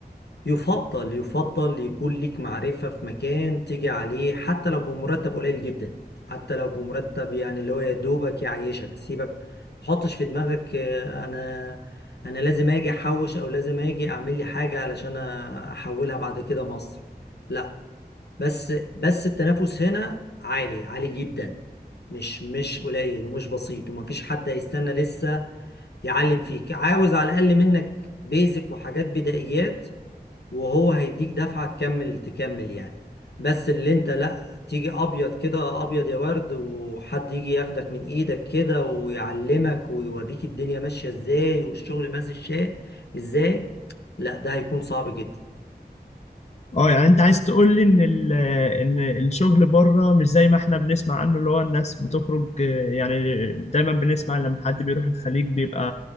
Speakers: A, on the left (about 75°); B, on the left (about 40°).
A: يفضل يفضل يكون ليك معرفة في مكان تيجي عليه حتى لو بمرتب قليل جدا حتى لو بمرتب يعني اللي هو يا دوبك يعيشك سيبك ما تحطش في دماغك آه، انا انا لازم اجي احوش او لازم اجي اعمل لي حاجة علشان احولها بعد كده مصر لا بس بس التنافس هنا عالي عالي جدا مش مش قليل ومش بسيط ومفيش حد هيستنى لسه يعلم فيك عاوز على الاقل منك بيزك وحاجات بدائيات وهو هيديك دفعة تكمل تكمل يعني بس اللي انت لا تيجي ابيض كده ابيض يا ورد وحد يجي ياخدك من ايدك كده ويعلمك ويوريك الدنيا ماشية ازاي والشغل ماشي الشيء ازاي لا ده هيكون صعب جدا
B: أه يعني أنت عايز تقول لي إن ال- إن الشغل بره مش زي ما إحنا بنسمع عنه اللي هو الناس بتخرج آه، يعني دايما بنسمع لما حد بيروح الخليج بيبقى